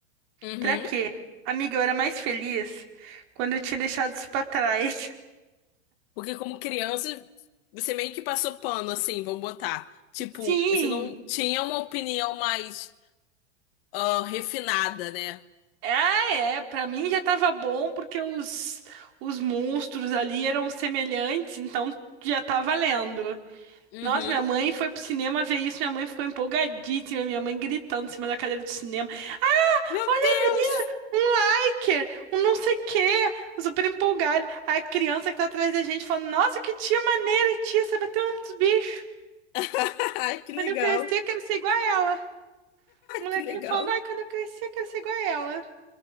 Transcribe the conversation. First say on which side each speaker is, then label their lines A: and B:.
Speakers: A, on the left (about 55°); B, on the right (about 55°).
A: Uhum.
B: Pra quê? Amiga, eu era mais feliz quando eu tinha deixado isso pra trás.
A: Porque como criança, você meio que passou pano, assim, vamos botar. Tipo,
B: <laughs> Sim!
A: você não tinha uma opinião mais ah, refinada, né?
B: Ah, é. Pra mim já tava bom porque os, os monstros ali eram semelhantes, então já tá valendo.
A: Uhum.
B: Nossa, minha mãe foi pro cinema ver isso, minha mãe ficou empolgadíssima, minha mãe gritando em cima da cadeira do cinema.
A: Meu
B: Olha
A: Deus!
B: ali, um liker, um não sei o quê, super empolgado. A criança que tá atrás da gente falando, nossa, que tia maneira, tia, sabe até o nome dos bichos.
A: <laughs> Ai, que legal.
B: Quando eu crescer, quero ser igual a ela. O molequinho
A: Que legal.
B: falando, ai, quando eu crescer, quero ser igual a ela.